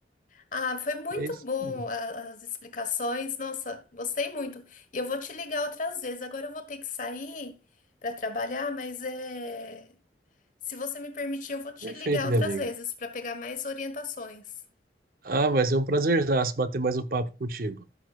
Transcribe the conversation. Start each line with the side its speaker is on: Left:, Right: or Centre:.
Left: Ah, foi muito
Right: É isso
Left: bom
Right: mesmo.
Left: a- as explicações. Nossa, gostei muito. E eu vou te ligar outras vezes. Agora eu vou ter que sair para trabalhar, mas é... se você me permitir, eu vou te
Right: Perfeito,
Left: ligar outras
Right: minha amiga.
Left: vezes para pegar mais orientações.
Right: Ah, vai ser um prazerzaço bater mais um papo contigo.